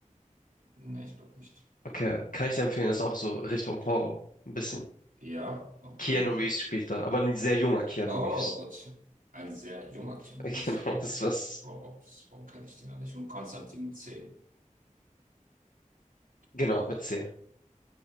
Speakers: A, on the right (about 85°); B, on the left (about 75°).
A: nee, ich glaube nicht.
B: Okay, kann ich dir empfehlen, das ist auch so Richtung Horror. Ein bisschen.
A: Ja, okay.
B: Keanu Reeves spielt da, aber ein sehr junger Keanu
A: Oh,
B: Reeves.
A: gut. Ein sehr junger Chemist.
B: <laughs> Genau,
A: Oh,
B: das was.
A: Warum, warum kenne ich den noch nicht? Und Konstantin C.
B: Genau,
A: Oder,
B: mit C.